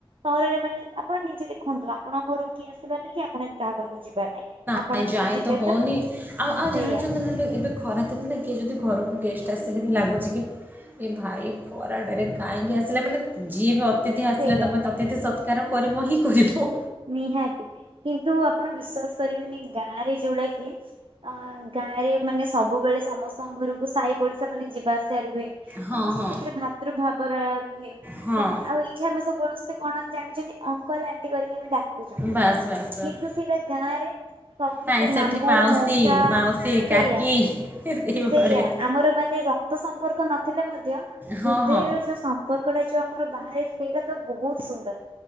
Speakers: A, on the right; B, on the right.
A: ସହରରେ ମାନେ ଆପଣ ନିଜେ ଦେଖନ୍ତୁ ଆପଣଙ୍କ ଘରକୁ କିଏ ଆସିବାର ନାହିଁ କି ଆପଣ ବି କାହା ଘରକୁ ଯିବାର ନାହିଁ। ଆପଣ
B: କାଇଁ
A: ଯଦି
B: ଯାଇ
A: ଯିବେ
B: ତ ହୋଉନି ଆଉ ଆଉ
A: ସେଇଆ
B: ଜାଣିଚନ୍ତି ନା ଏବେ ଏବେ ଖରା ଦିନରେ କିଏ ଯଦି ଘରକୁ ଗେଷ୍ଟ ଆସିଲେ ବି ଲାଗୁଚି କି ଏ ଭାଇ ଖରାଟାରେ କାଇଁକି ଆସିଲେ ମାନେ ଯିଏ ବି ଅତିଥି ଆସିଲେ
A: ସେଇଆ
B: ତମେ ତ ଅତିଥି ସତ୍କାର କରିବ ହିଁ କରିବ।
A: ନିହାତି କିନ୍ତୁ ଆପଣ ବିଶ୍ଵାସ କରିବେନି ଗାଁରେ ଯୋଉଡା କି ଅ ଗାଁରେ ମାନେ ସବୁବେଳେ ସମସ୍ତଙ୍କ ଘରକୁ ସାଇ ପଡିଶା ମାନେ ଯିବା ଆସିବାର ରୁହେ। ସମସ୍ତଙ୍କ
B: ହଁ ହଁ।
A: ଭିତରେ ଭାତୃଭାବ ର ରୁହେ
B: ହଁ
A: ସମ ଆଉ ଏଇ ଏଠି ଆମେ ସମସ୍ତେ କଣ ଜାଣିଚନ୍ତି ଅଙ୍କଲ ଆଣ୍ଟି କରିକି ଆମେ ଡ଼ାକୁ <unintelligible>
B: ବାସ୍ ବାସ୍ ବାସ୍
A: କିନ୍ତୁ ସେଇଟା ଗାଁ ରେ <unintelligible>
B: ନାଇଁ ସେଠି
A: ମାମୁଁ
B: ମାଉସୀ
A: ମଉସା
B: ମାଉସୀ
A: ସେଇୟା
B: କାକି ଏଇଭଳିଆ
A: ସେଇୟା ଆମର ମାନେ ର ତ ସମ୍ପର୍କ ନଥିଲେ ମଧ୍ୟ
B: ହଁ
A: ହୃଦୟର
B: ହଁ
A: ଯୋଉ ସମ୍ପ <unintelligible> ଯୋଉ ଆମର ବାହାରେ ସେଇଟା ତ ବୋ ହୁତ ସୁନ୍ଦର